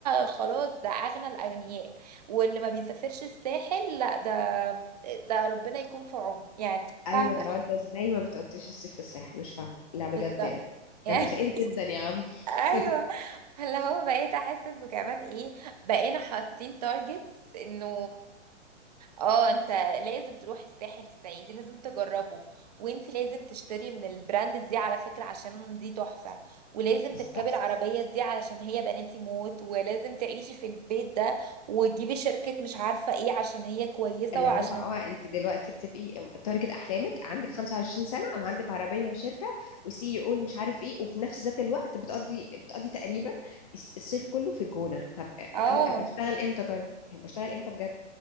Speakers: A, on the right; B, on the left.
A: خلاص ده اغنى الاغنياء واللي ما بيسافرش الساحل لا ده ده ربنا يكون في عونه يعني فاهمة
B: ايوه لو انت ازاي ما بتقضيش الصيف في الساحل مش فاهمه لا بجد
A: بس ده
B: يعني
A: يعني
B: ده انت فقير
A: <laughs>
B: جدا يا عم
A: ايوه
B: <laughs>
A: فاللي هو بقيت احس انه كمان ايه بقينا حاطين تارجتس انه اه انت لازم تروح الساحل السنة دي لازم تجربه وانت لازم تشتري من البراند دي على فكرة عشان دي تحفة ولازم
B: بالظبط
A: تركبي العربية دي علشان هي بناتي موت ولازم تعيشي في البيت ده وتجيبي شركة مش عارفة ايه عشان هي كويسة
B: اللي
A: وعشان
B: هو اه انت دلوقتي بتبقي تارجت احلامك عندك 25 سنه وعندك عربيه وشركه وسي او مش عارف ايه وفي نفس ذات الوقت بتقضي بتقضي تقريبا الص- الصيف كله في الجونه طب
A: اه
B: ايوه بشتغل امتى طيب يعني بشتغل امتى بجد